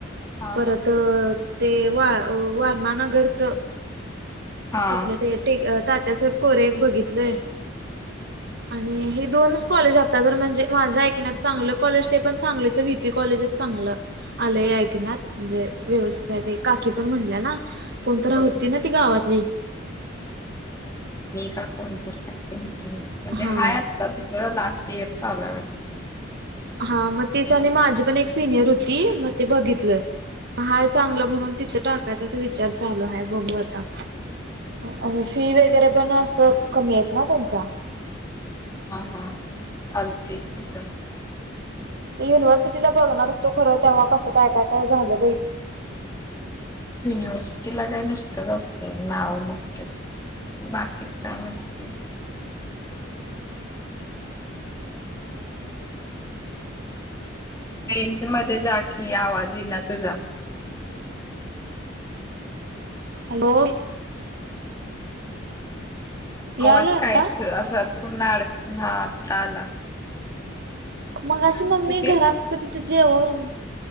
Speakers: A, on the left; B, on the right.
A: हा
B: परत
A: हा.
B: ते वा वारणानगरचं
A: हा.
B: कुठलं ते तात्यासाहेब कोरे एक बघितलय
A: <inaudible>
B: आणि हे दोनच कॉलेज आता जर म्हणजे माझ्या ऐकण्यात चांगले कॉलेज ते पण सांगलीच व्हीपी कॉलेज चांग चांगलं आलंय ऐकण्यात म्हणजे व्यवित काकी पण म्हटल्या ना कोणत होती
A: होय.
B: ना ती गावातली
A: का कोणत का म्हणजे
B: हा
A: हाय आता तिचं लास्ट इयर चाल वाटत
B: हा मग तेच आणि माझी पण एक सिनियर होती मग ते बघितलय हाय चांगलं म्हणून तिथं टाकायचं अस विचार चालू आहे बघू आता आणि फी वगैरे पण अस कमी आहेत ना त्यांच्या
A: हा हा चालते तर
B: युनिव्हर्सिटीला बघणार असतो खरं तेव्हा कसं काय काय काय झालं ब
A: युनिव्हर्सिटीला काय नसतच असत नाव मोठ्याच बाकीच काय नसतील रेंज मध्ये जा की आवाज ये ना तुझा
B: हॅलो याला
A: आवाज
B: आता
A: करायच असा पूर्ण अड हा आता आला
B: मग अशी
A: काय म्हणत
B: मम्मी
A: होतीस?
B: घरात तिथं जेवन